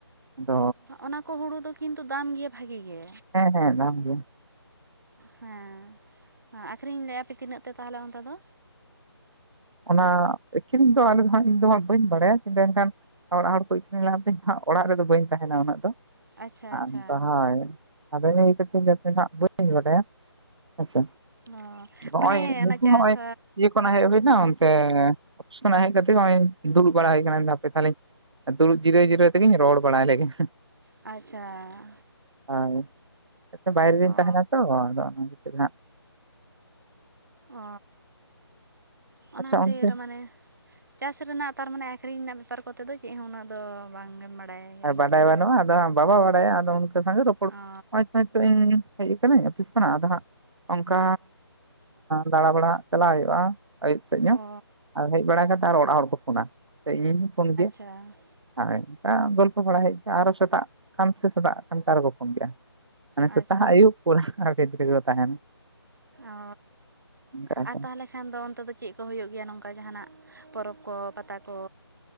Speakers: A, on the right; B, on the right.
A: ᱟᱫᱚ
B: ᱚᱱᱟ ᱠᱚ ᱦᱩᱲᱩ ᱫᱚ ᱠᱤᱱᱛᱩ ᱫᱟᱢ ᱜᱮᱭᱟ ᱵᱷᱟᱜᱤ ᱜᱮ
A: ᱦᱮᱸ ᱦᱮᱸ ᱫᱟᱢ ᱜᱮᱭᱟ
B: ᱦᱮᱸ ᱦᱮᱸ ᱟᱹᱠᱷᱨᱤᱧ ᱞᱮᱜᱟ ᱟᱯᱮ ᱛᱤᱱᱟᱹᱜ ᱛᱮ ᱛᱟᱦᱚᱞᱮ ᱚᱱᱛᱮ ᱫᱚ
A: ᱚᱱᱟ ᱮᱠᱪᱩᱭᱟᱞᱤᱠ ᱫᱚ ᱟᱞᱮ ᱫᱚ ᱤᱧ ᱫᱟᱜ ᱵᱟᱹᱧ ᱵᱟᱲᱟᱭᱟ ᱠᱤᱱᱛᱩ ᱮᱱᱠᱷᱟᱱ ᱚᱲᱟᱜ ᱦᱚᱲ ᱠᱚ ᱤᱥᱤᱱ ᱞᱮᱫ ᱛᱤᱧ ᱛᱟᱦᱮ ᱚᱲᱟᱜ ᱨᱮᱫᱚ ᱵᱟᱹᱧ ᱛᱟᱦᱮᱱᱟ ᱩᱱᱟᱹᱜ ᱫᱚ ᱾
B: ᱟᱪᱪᱷᱟ
A: ᱟᱫᱚ
B: ᱟᱪᱪᱷᱟ
A: ᱦᱟᱜ ᱤᱧ ᱵᱟᱭ ᱛᱟᱠᱤᱱ ᱠᱤᱱ ᱤᱥᱤᱱ ᱞᱮᱫ ᱦᱟᱜ ᱵᱟᱹᱧ ᱵᱟᱰᱟᱭᱟ ᱾ ᱦᱮᱥᱮ
B: ᱚ
A: ᱱᱚᱜᱚᱭ
B: ᱢᱟᱱᱮ
A: ᱱᱤᱛᱳᱜ
B: ᱚᱱᱟ ᱪᱟᱥ
A: ᱡᱤᱭᱟᱹ ᱠᱷᱚᱱ ᱦᱮᱡ ᱦᱩᱭᱱᱟ᱾ ᱚᱯᱷᱤᱥ ᱠᱷᱚ ᱦᱮᱡ ᱠᱟᱛᱮ ᱱᱚᱜᱚᱭ ᱫᱩᱲᱩᱵ ᱵᱟᱲᱟ ᱦᱩᱭ ᱟᱠᱟᱱᱟ ᱦᱟᱯᱮ ᱛᱟᱦᱚᱞᱮᱧ ᱫᱩᱲᱩᱵ ᱡᱤᱨᱟᱹᱣ ᱡᱤᱨᱟᱹᱣ ᱛᱮᱜᱤᱧ ᱨᱚᱲ ᱵᱟᱲᱟ ᱞᱮᱜᱮ
B: ᱟᱪᱪᱷᱟ
A: ᱦᱳᱭ ᱵᱟᱭᱨᱮ ᱨᱮᱧ
B: ᱚ
A: ᱛᱟᱦᱮᱱᱟ ᱛᱚ ᱟᱫᱚ ᱚᱱᱟ ᱠᱷᱛᱤᱨ ᱱᱟᱜ
B: ᱚ ᱚᱱᱟ
A: ᱟᱪᱪᱷᱟ
B: ᱠᱷᱟᱛᱤᱨ
A: ᱚᱱᱛᱮ
B: ᱢᱟᱱᱮ ᱪᱟᱥ ᱨᱮᱱᱟᱜ ᱛᱟᱨᱢᱟᱱᱮ ᱟᱹᱷᱨᱤᱧ ᱨᱮᱱᱟᱜ ᱵᱮᱯᱟᱨ ᱠᱚᱛᱮ ᱫᱚ ᱪᱮᱫ ᱦᱚᱸ ᱩᱱᱟᱹᱜ ᱫᱚ ᱵᱟᱝᱮᱢ ᱵᱟᱲᱟᱭᱟ ᱟᱨᱠᱤ
A: ᱵᱟᱰᱟᱭ ᱵᱟᱹᱱᱩᱜᱼᱟ ᱟᱫᱚ ᱵᱟᱵᱟ ᱵᱟᱲᱟᱭᱟ ᱟᱫᱚ ᱩᱱᱠᱩ ᱥᱟᱶ ᱨᱚᱯᱚᱲ
B: ᱚ
A: ᱦᱳᱭᱛᱚ ᱦᱚᱭᱛᱚ ᱤᱧ ᱦᱮᱡ ᱠᱟᱱᱟᱧ ᱚᱯᱷᱤᱥ ᱠᱷᱚᱱᱟᱜ ᱟᱫᱚ ᱦᱟᱸᱜ ᱚᱱᱠᱟ ᱫᱟᱬᱟ ᱵᱟᱲᱟ ᱦᱟᱜ ᱪᱟᱞᱟᱜ ᱦᱩᱭᱩᱜᱼᱟ ᱾ ᱟᱹᱭᱩᱵ ᱥᱮᱫ ᱧᱚᱜ
B: ᱚ
A: ᱟᱨ ᱦᱮᱡ ᱵᱟᱲᱟ ᱠᱟᱛᱮ ᱟᱨ ᱚᱲᱟᱜ ᱦᱚᱲ ᱠᱚ ᱯᱷᱳᱱᱟ ᱥᱮ ᱤᱧ ᱯᱷᱳᱱ ᱜᱮᱭᱟ᱾
B: ᱦᱮᱸ
A: ᱟᱨ ᱚᱱᱠᱟ ᱜᱚᱞᱯᱚ ᱵᱟᱲᱟ ᱦᱳᱭᱳᱜ ᱜᱮᱭᱟ ᱟᱨᱚ ᱥᱮᱛᱟᱜ ᱠᱷᱟᱱ ᱥᱮ ᱥᱮᱛᱟᱜ ᱠᱚᱛᱮ ᱟᱨᱦᱚ ᱠᱚ ᱯᱳᱱᱟ
B: ᱟᱪᱪᱷᱟ
A: ᱾ ᱥᱮᱛᱟᱜ ᱟᱭᱩᱵ ᱯᱷᱚᱱ ᱟᱠᱟ ᱵᱷᱮᱛ ᱨᱮᱜᱮ ᱠᱚ ᱛᱟᱦᱮᱱᱟ
B: ᱚ
A: ᱚᱱᱠᱟ ᱟᱨᱠᱤ
B: ᱟᱨ ᱛᱟᱦᱚᱞᱮ ᱠᱷᱟᱱ ᱠᱷᱟᱱ ᱫᱚ ᱚᱱᱛᱮ ᱫᱚ ᱪᱮᱫ ᱠᱚ ᱦᱩᱭᱩᱜ ᱜᱮᱭᱟ ᱱᱚᱝᱠᱟ ᱡᱟᱦᱟ ᱱᱟᱜ ᱯᱚᱨᱚᱵᱽ ᱠᱚ ᱯᱟᱛᱟ ᱠᱚ